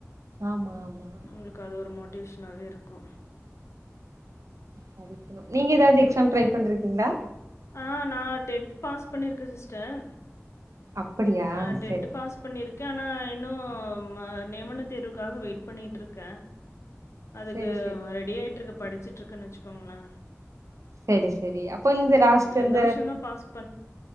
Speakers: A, on the right; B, on the left.
A: ஆமா ஆமா
B: உங்களுக்கு அது ஒரு மோட்டிவேஷனாவே இருக்கு
A: படிக்கணு நீங்க எதாவது எக்ஸாம் ட்ரை பண்ரிக்கீங்களா
B: ஆ நா டெத் பாஸ் பண்ணியிருக்கே சிஸ்டர்
A: அப்படியா
B: அ டெட்
A: செரி
B: பாஸ் பண்ணிருக் க்கே ஆனா இன்னு ம நிமன தேர்வுக்காக வெயிட் பண்ணியிட்ருக்க அதுக்கு
A: செரி செரி
B: ரெடியாயிட்டுருக் படிச்சிட்டுருக்கன் வச்சுக்கோங்களே
A: சேரி சேரி அப்ப இந்த லாஸ்ட்டு
B: இந்த
A: இந்து
B: வருஷம் தான் பாஸ்